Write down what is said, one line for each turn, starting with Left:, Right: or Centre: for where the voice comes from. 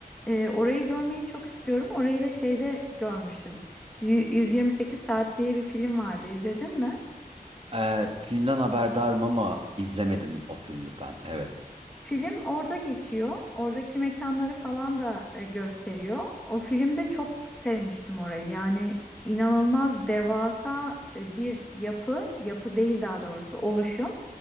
Centre: E, orayı görmeyi çok istiyorum. Orayı da şeyde görmüştüm. Yü- 128 Saat diye bir film vardı izledin mi?
Right: Ee, filmden haberdarım ama izlemedim o filmi ben. Evet.
Centre: Film orada geçiyor. Oradaki mekanları falan da e, gösteriyor. O filmde çok sevmiştim orayı. Yani inanılmaz devasa e, bir yapı, yapı değil daha doğrusu oluşum,